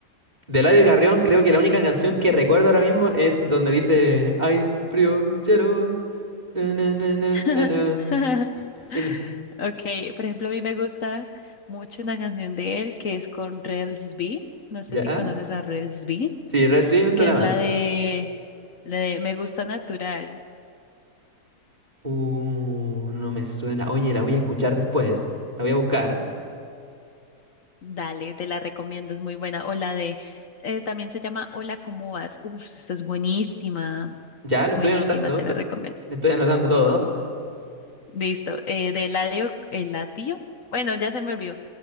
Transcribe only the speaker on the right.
De Eladio Carrión, creo que la única canción que recuerdo ahora mismo es donde dice Ice, frío, hielo. na, na, na, na,
na, na, na, na".
¿Ya?
Sí, Rels B me suena
más.
Uh, no me suena. Oye, la voy a escuchar después. La voy a buscar.
Ya, lo
estoy anotando.
to-
Estoy anotando todo.